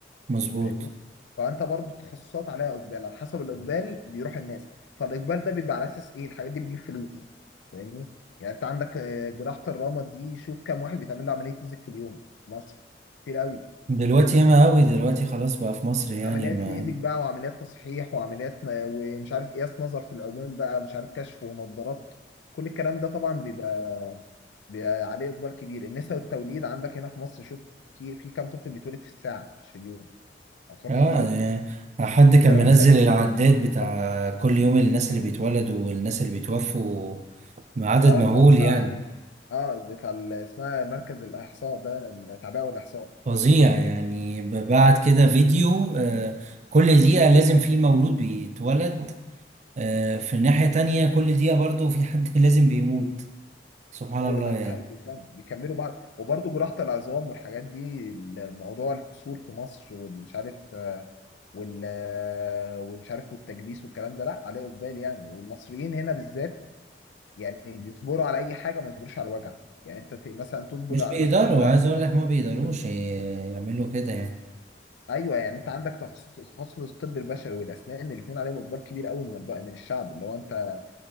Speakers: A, on the right; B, on the left.
A: مظبوط
B: فاهمني فانت برضو التخصصات عليها اقبال على حسب الاقبال بيروح الناس فالاقبال ده بيبقى على اساس ايه الحاجات دي بتجيب فلوس فاهمني يعني انت عندك آه، جراحه الرمد دي شوف كام واحد بيتعمل له عمليه مزك في اليوم في مصر كتير قوي
A: دلوقتي ياما أوي دلوقتي خلاص بقى في مصر يعني
B: عمليات
A: ما
B: ليزك بقى وعمليات تصحيح وعمليات ن- ومش عارف قياس نظر في العموم بقى مش عارف كشف ونظارات كل الكلام ده طبعا بيبقى, بيبقى عليه اقبال كبير النساء والتوليد عندك هنا في مصر شوف في في كام طفل بيتولد في الساعه مش في اليوم اطفال
A: اه
B: كتير
A: يعني حد كان
B: جراحه
A: منزل
B: <laughs>
A: العداد بتاع
B: اه
A: كل يوم الناس اللي بيتولدوا والناس اللي بيتوفوا بعدد
B: اه
A: مهول
B: اللي هو بتاع
A: يعني
B: اه بتاع ال- اسمها مركز الاحصاء ده التعبئه والاحصاء
A: فظيع يعني بعد كده فيديو آه، كل دقيقة لازم في مولود بيتولد آه، في ناحية تانية كل دقيقة برضو في حد <laughs> لازم بيموت سبحان
B: ايوه
A: الله
B: ده
A: يعني
B: حقيقي فعلا بيكملوا بعض وبرضه جراحة العظام والحاجات دي موضوع الكسور في مصر واللي مش عارف آه، وال آه، ومش عارف والتكبيس والكلام ده لا عليه اقبال يعني والمصريين هنا بالذات يعني بيصبروا على اي حاجه ما يصبروش على الوجع يعني انت ت- مثلا تصبر
A: مش
B: على
A: بيقدروا
B: مثلا على
A: عايز
B: حاجات
A: اقول لك ما بيقدروش ي- يعملوا كده يعني
B: ايوه يعني انت عندك تخصص تخصص الطب البشري والاسنان الاثنين عليهم اقبال كبير قوي من الب- من الشعب اللي هو انت